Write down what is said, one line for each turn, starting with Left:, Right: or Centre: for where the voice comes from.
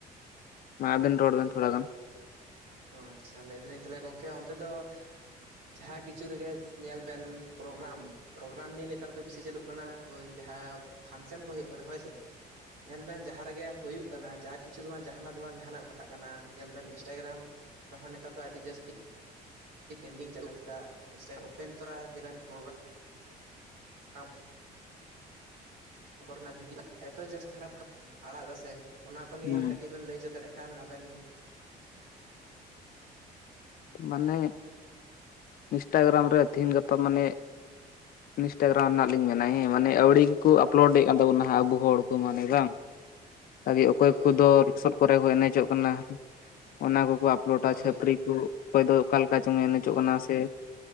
Left: <inaudible> ᱢᱟ ᱟᱵᱤᱱ ᱨᱚᱲ ᱵᱤᱱ ᱛᱷᱚᱲᱟ ᱜᱟᱱ᱾
Right: ᱚ ᱟᱪᱪᱷᱟ ᱞᱟᱹᱭ ᱫᱟᱞᱤᱧ ᱛᱟᱦᱚᱞᱮ ᱜᱚᱝᱠᱮ ᱚᱱᱛᱮ ᱫᱚ ᱡᱟᱦᱟᱸ ᱠᱤᱪᱷᱩ ᱨᱮᱜᱮ ᱧᱮᱞ ᱵᱮᱱ ᱯᱨᱳᱜᱨᱟᱢ᱾ ᱯᱨᱳᱜᱨᱟᱢ ᱱᱤᱭᱮ ᱱᱮᱛᱟᱨ ᱫᱚ ᱵᱮᱥᱤ ᱪᱟᱹᱞᱩᱜ ᱠᱟᱱᱟ ᱳᱭ ᱡᱟᱦᱟᱸ ᱯᱷᱟᱱᱥᱮᱱ ᱠᱚ ᱦᱳᱭᱳᱜ ᱠᱟᱱᱟ ᱦᱳᱭᱥᱮ᱾ ᱧᱮᱞ ᱵᱮᱱ ᱡᱟᱦᱟᱸ ᱨᱮᱜᱮ ᱦᱳᱭᱳᱜ ᱠᱟᱱᱟ ᱡᱟ ᱠᱤᱪᱷᱩ ᱫᱚ ᱵᱟᱝ ᱡᱟᱦᱟᱱᱟᱜ ᱫᱚ ᱵᱟᱝ ᱡᱟᱦᱟᱱᱟᱜ ᱜᱷᱚᱴᱟᱜ ᱠᱟᱱᱟ ᱧᱮᱞ ᱵᱮᱱ ᱤᱥ ᱤᱱᱥᱴᱟᱜᱨᱟᱢ ᱨᱮᱦᱚᱸ ᱱᱮᱛᱟᱨ ᱫᱚ ᱟᱹᱰᱤ ᱡᱟᱹᱥᱛᱤ ᱴᱨᱮᱱᱰᱤᱝ ᱪᱟᱞᱟᱜ ᱠᱟᱱᱟ ᱪᱮᱫᱟᱜ ᱤᱱᱥᱴᱟ ᱚᱯᱮᱱ ᱛᱚᱨᱟ ᱡᱮᱢᱚᱱ ᱯᱨᱳᱜᱨᱟᱢᱼᱼ ᱟᱢᱼᱼ ᱠᱚᱨᱮᱱᱟᱜ ᱵᱷᱤᱰᱤᱭᱳ ᱮᱛᱚ ᱡᱟᱹᱥᱛᱤ ᱠᱷᱟᱨᱟᱯ ᱟᱲᱟᱜ ᱫᱟᱥᱮ ᱚᱱᱟ ᱠᱚ ᱱᱤᱭᱮ
Left: ᱦᱩᱸ
Right: ᱠᱟᱹᱴᱤᱡ ᱵᱮᱱ ᱞᱟᱹᱭ ᱚᱪᱚ ᱫᱟᱲᱮᱭᱟᱜ-ᱟ᱾ ᱠᱷᱟᱱ ᱟᱵᱮᱱ
Left: ᱢᱟᱱᱮ ᱤᱱᱥᱴᱟᱜᱨᱟᱢ ᱨᱮ ᱛᱮᱦᱮᱧ ᱜᱟᱯᱟ ᱢᱟᱱᱮ ᱤᱱᱥᱴᱟᱜᱨᱟᱢ ᱨᱮᱱᱟᱜ ᱞᱤᱝᱠ ᱢᱟᱱᱮ ᱦᱮᱸ ᱢᱟᱱᱮ ᱟᱹᱣᱲᱤ ᱜᱮᱠᱚ ᱟᱯᱞᱳᱰ ᱮᱫ ᱛᱟᱵᱚᱱᱟ ᱟᱵᱚ ᱦᱚᱲ ᱠᱚ ᱢᱟᱱᱮ ᱵᱟᱝ? ᱟᱜᱮ ᱚᱠᱚᱭ
Right: ᱦᱳᱭ
Left: ᱠᱚᱫᱚ ᱞᱚᱥᱚᱫ ᱠᱚᱨᱮ ᱠᱚ ᱮᱱᱮᱡᱚᱜ ᱠᱟᱱᱟ ᱚᱱᱟ ᱠᱚᱠᱚ ᱟᱯᱞᱳᱰ ᱞᱚᱰᱟ
Right: ᱦᱳᱭ
Left: ᱪᱷᱟᱹᱯᱨᱤ ᱠᱚ ᱚᱠᱚᱭ ᱫᱚ ᱚᱠᱟ ᱞᱮᱠᱟ ᱪᱚᱝ ᱮ ᱮᱱᱮᱡᱚᱜ
Right: ᱦᱳᱭ
Left: ᱠᱟᱱᱟ ᱥᱮ?